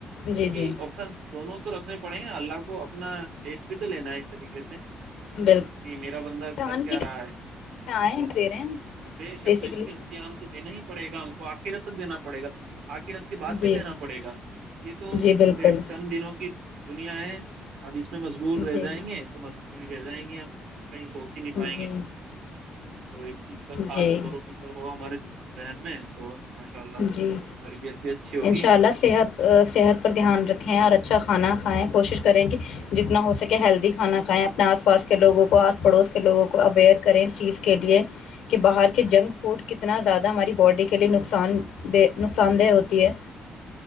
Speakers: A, on the left (about 85°); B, on the right (about 80°).
A: جی
B: کیونکہ
A: جی
B: آپشن دونوں تو رکھ پڑے نا اللہ کو اپنا ٹیسٹ بھی تو لینا ایک طریقے سے
A: بالکل
B: کہ میرا بندہ
A: دھیان
B: کر کیا
A: کی
B: رہا ہے
A: آئے دے رہے ہیں
B: بے شک
A: بیسیکلی
B: بےشک امتحان تو دینا ہی پڑےا ہم کو آخر تک دینا پڑےا آخر رت کے بعد بھی
A: جی
B: دینا پڑے گا یہ تو
A: جی
B: صرف
A: بالکل
B: چند دنوں کی دنیا ہے اب اس میں مشغول
A: جی
B: رہ جائیں گے تو مشغول کر جائیں گے ہم کہیں سوچ ہی نہیں پائیں
A: جی
B: گے تو اس چیز کا خاص
A: جی
B: غور و فکر ہو ہمارے حن میں تو ماشاء اللہ
A: جی
B: تربیت بھی اچھی ہوگی
A: انشاء اللہ صحت صحت پر دھیان رکھیں اور اچھا اچھا کھانا کھائیں کوشش کریں کہ جتنا ہو سکے ہیلدی کھانا کھائیں اپنے آس پاس کے لوگوں کو آس پڑوس کے لوگوں کو اویئر کریں اس چیز کے لیے کہ باہر کے جنک فوڈ کتنا زیادہ ہماری باڈی کے لیے نقصان دہ نقصان دہ ہوتی ہے